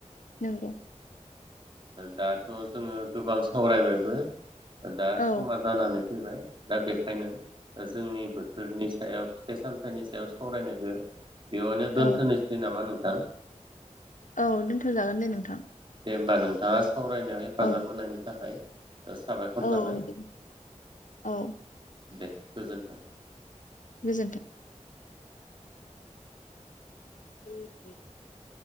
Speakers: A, on the left; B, on the right.
A: नोंगौ
B: दाथ' जोङो गोबां सावरायबायबो दा
A: औ
B: समा जानानै फैबाय दा बेखायनो जोंनि बोथोरनि सायाव फिथाइ सामथाइनि सायाव सावरायनायखो बेयावनो
A: औ
B: दोनथ'नोसै नामा नों थां
A: औ दोनथ'जागोन दे नोंथां
B: दे होमबा नोंथाङा सावरायनायाव हेफाजाब
A: औ
B: होनायनि थाखाय साबायखर
A: औ
B: थाबाय
A: दे। औ
B: दे गोजोन्थों
A: गोजोन्थों <inaudible>